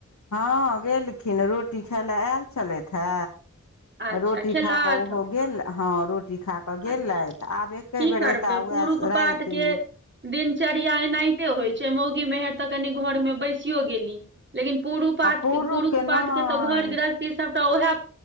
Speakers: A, on the left; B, on the right.
A: हँ गेलखिन रोटी खाय लए आयल छलैथ हे
B: अच्छा
A: रोटी
B: खेलथि
A: खा कऽ ओहो गेल हँ रोटी खा कऽ त गेलैथ
B: आ
A: आब एके
B: की
A: बेर
B: करबै
A: एता वएह
B: पुरुष पात
A: रातिमे।
B: के दिनचर्या एनाहिते होइ छैय मौगी मेहर त कनि घरमे बैसियो गेली लेकिन पुरु पातके
A: आ पुरुषके
B: पुरुख
A: नहि
B: पातके त घर गृहस्थी सबटा ओहे